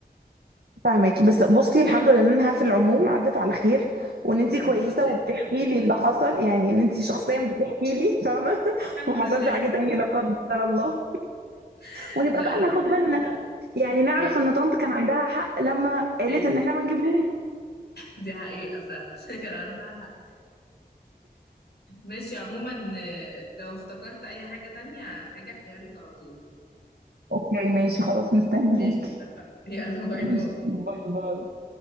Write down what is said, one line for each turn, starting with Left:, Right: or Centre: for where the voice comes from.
Right: فاهمكِ، بس بُصي الحمد لله إنها في العموم عدّت على خير، وإن أنتِ
Left: الحمد
Right: كويسة
Left: لله
Right: وبتحكي لي اللي حصل، يعني إن أنتِ شخصيًا بتحكي لي فاهمة، <laughs>
Left: الحمد
Right: وما
Left: لله
Right: حصلش حاجة تاني لا قدّر الله،
Left: <laughs>
Right: ونبقى
Left: لا
Right: بقى
Left: لا
Right: ناخد
Left: الحمد
Right: بالنا،
Left: لله
Right: يعني نعرف
Left: ماشي
Right: إن طنط كان عندها حق لمّا قالت
Left: أيوه
Right: إن إحنا ما نجيبهوش.
Left: دي حقيقة فعلا <laughs> كان عندها حق ماشي عموما آه، لو افتكرت أي حاجة تانية هاجي أحكيها لك على طول
Right: أوكي ماشي خلاص مستنياكِ.
Left: ماشي اتفقنا <laughs> يلا باي باي
Right: ماشي باي باي.